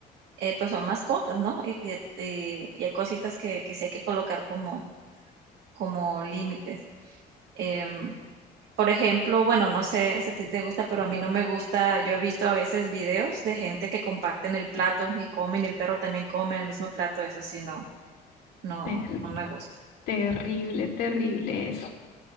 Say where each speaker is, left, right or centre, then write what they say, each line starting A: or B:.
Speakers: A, on the right (about 75°); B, on the left (about 70°).
A: eh, pues son mascotas, ¿no? Y, y- y hay cositas que, que sí hay que colocar como, como límites. Em, por ejemplo, bueno, no sé si a ti te gusta, pero a mí no me gusta. Yo he visto a veces videos de gente que comparten el plato y comen y el perro también come en el mismo plato. Eso sí, no, no,
B: Terrible,
A: no me gusta.
B: terrible, terrible eso.